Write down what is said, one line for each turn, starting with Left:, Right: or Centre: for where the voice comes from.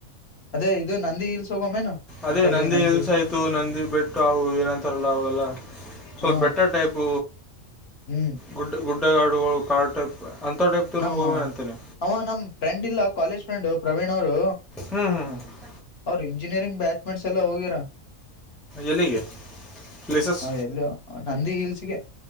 Left: ಅದೇ ಇದು ನಂದಿ ಹಿಲ್ಸ್ ಹೋಗಮೇನು
Centre: ಅದೇ
Left: ಆ ಕಡೆ
Centre: ನಂದಿ ಇಲ್ಸ
Left: ಹಿಲ್ಸ್
Centre: ಆಯ್ತು ನಂದಿ ಬೆಟ್ಟು ಅವು ಏನಂತಾರಲ್ಲ ಅವಲ್ಲ ಸ್ವಲ್ಪ
Left: ಹ
Centre: ಬೆಟ್ಟ ಟೈಪ್
Left: ಹ್ಮ್
Centre: ಗುಡ್ಡ ಗುಡ್ಡಗಾಡುಗಳು ಕಾಡು ಟೈಪ್ ಅಂಥ ಟೈಪ್ದಲ್ಲಿ
Left: ನಮ್ಮ
Centre: ಹೋಗೋಮೆ ಅಂತೇನೆ
Left: ಅವ ನಮ ಫ್ರೆಂಡ್ ಇಲ್ಲ ಕಾಲೇಜ್ ಫ್ರೆಂಡು ಪ್ರವೀಣ್ ಅವರು
Centre: ಹ್ಞೂ ಹ್ಞೂ ಹ್ಞೂ
Left: ಅವ್ರ ಇಂಜಿನಿಯರಿಂಗ್ ಬ್ಯಾಚ್ಮೆಂಟ್ಸ್ ಎಲ್ಲ ಹೋಗಿರಾ
Centre: ಎಲ್ಲಿಗೆ ಪ್ಲೇಸಸ್
Left: ಹ ಎಲ್ಲ ನಂದಿ ಹಿಲ್ಸ್ಗೆ